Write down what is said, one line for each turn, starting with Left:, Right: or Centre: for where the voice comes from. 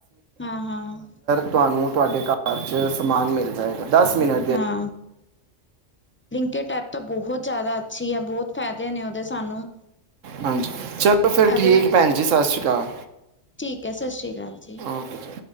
Left: ਹਾਂ-ਹਾਂ।
Right: ਤੁਵਾਨੂੰ ਤੁਆਡੇ ਘਰ ਚ ਸਮਾਨ ਮਿਲ ਜਾਏਗਾ ਦਸ ਮਿਨਟ
Left: ਹਾਂ। ਬਲਿੰਕੇਟ ਐਪ ਤਾਂ ਬੋਹਤ ਜਾਦਾ ਅੱਛੀ ਆ, ਬੋਤ ਫੈਦੇ ਨੇ ੳਦੇ ਸਾਨੂੰ।
Right: ਹਾਂਜੀ ਚਲੋ ਫੇਰ
Left: ਅਗਰ
Right: ਠੀਕ ਭੈਨ ਜੀ, ਸਤਿ ਸ਼੍ਰੀ ਅਕਾਲ।
Left: ਠੀਕ ਐ, ਸਤਿ ਸ਼੍ਰੀ ਅਕਾਲ ਜੀ।
Right: ਓਕੇ ਜੀ